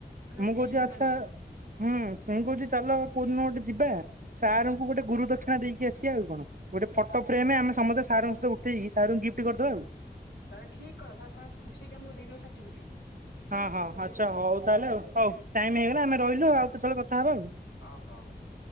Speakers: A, on the left (about 80°); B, on the right (about 50°).
A: ନା
B: ମୁଗ
A: ଠିକ
B: ଯ
A: ହେଲାନି।
B: ଆଛା ହୁଁ ମୁୁଁ କହୁଛି ଚାଲ କୋଉଦିନ ଗୋଟେ ଯିବା ସାର୍ ଙ୍କୁ ଗୋଟେ ଗୁରୁ ଦକ୍ଷିଣା ଦେଇକି ଆସିବା ଆଉ କଣ। ଗୋଟେ ଫଟୋ ଫ୍ରେମରେ ଆମେ ସମସ୍ତ ସଙ୍କହିତ ଉଠେଇକି ସାର୍ ଙ୍କୁ ଗିଫ୍ଟ କରିଦବା ଆଉ।
A: ତାେ ଠିକ କ ଖୁସି ହେଇକି ଆମକୁ ଦେଇଦେବେ ସାର୍ଟିଫିକେଟ।
B: ହଁ ହଁ ଆଚ୍ଛା ହଉ ତାହେଲେ ଆଉ ହଉ ଟାଇମ ହେଇଗଲା ଆମେ ରହିଲୁ ଆଉ କେତେବେଳେ କଥା ହବା ଆଉ।
A: ଅ ହଉ ହଉ।